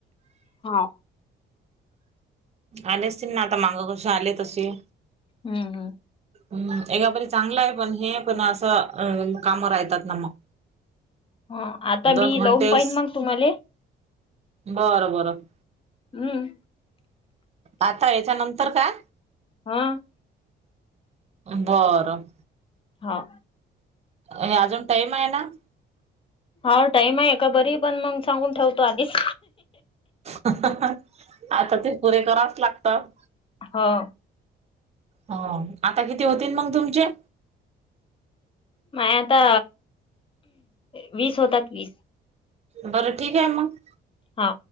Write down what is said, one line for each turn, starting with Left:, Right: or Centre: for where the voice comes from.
Left: हा
Right: आले असतील ना आता मागं कसे आले तसे.
Left: हम् हम
Right: हम्म एका बरी चांगलं आहे पण हे पण असं अ काम राहतात ना मग,
Left: ह आता
Right: दोन
Left: मी लावून
Right: घंटेस
Left: फाईन मग तुम्हाले?
Right: बरं बरं.
Left: हम्म.
Right: आता हेच्यानंतर काय?
Left: हम्म.
Right: बरं.
Left: हो.
Right: हे अजून टाइम आहे ना?
Left: हा टाईम आहे ए का बरी पण मग सांगून ठेवतो आधीच.
Right: अहं अहं आता ते पुरे करावंच लागतं.
Left: हो.
Right: हो. आता किती होतील मग तुमचे?
Left: माय आता वीस होतात की.
Right: बरं ठीक आहे मग.
Left: हा.